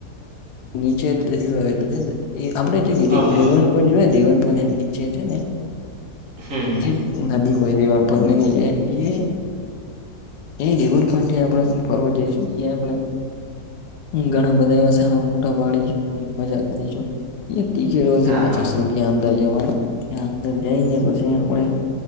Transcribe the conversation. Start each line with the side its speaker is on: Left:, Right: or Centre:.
Left: નીચે દરિયો આવેલો છે એ આપડે જે
Right: હા હા
Left: રેવન પર જોએ રેવન પર નીચે છે ને.
Right: હમ
Left: જે નદી હોય રવાનપર ની જેે એ એ દેવર પં આપણેે ફરવર્ડ જઈશું એ આપણે. ઘણા બધા એવા સારા ફોટા પાડી મજા કરીશુ. એ ટિકિટ હોય
Right: હા
Left: છે પચાસ
Right: હા
Left: રૂપિયા અંદર જવાની ત્યાં અંદર જઈ ને પછી આપણે